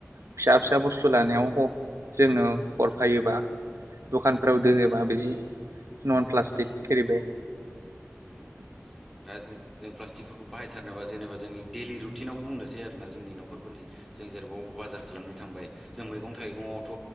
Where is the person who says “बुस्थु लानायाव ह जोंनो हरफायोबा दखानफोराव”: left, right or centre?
Right